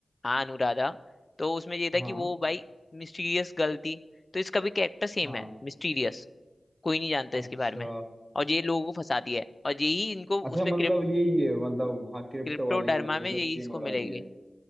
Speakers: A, on the left (about 40°); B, on the right (about 20°).
A: हाँ अनुराधा तो उसमें ये था
B: हाँ
A: कि वो भाई मिस्टीरियस गर्ल थी तो इसका भी कैरेक्टर सेम
B: हाँ
A: है मिस्टीरियस कोई नहीं जानता इसके
B: अच्छा
A: बारे में और ये लोगों को फंसाती है और यही इनको उसपे
B: अच्छा मतलब
A: क्रिप,
B: यही है मतलब हाँ क्रिप्टो
A: क्रिप्टोडर्मा
B: वाली मतलब
A: में
B: जो
A: यही
B: स्कीम
A: इसको
B: उड़ा
A: मिलेगी
B: रही है